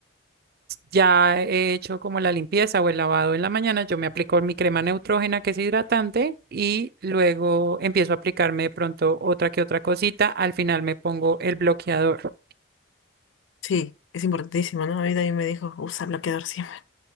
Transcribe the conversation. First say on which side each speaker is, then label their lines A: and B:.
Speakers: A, on the right (about 45°); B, on the left (about 65°).
A: ya he hecho como la limpieza o el lavado en la mañana, yo me aplico mi crema neutrógena que es hidratante y luego empiezo a aplicarme de pronto otra que otra cosita. Al final me pongo el bloqueador.
B: Sí, es importantísimo, ¿no? A mí también me dijo, usa bloqueador siempre.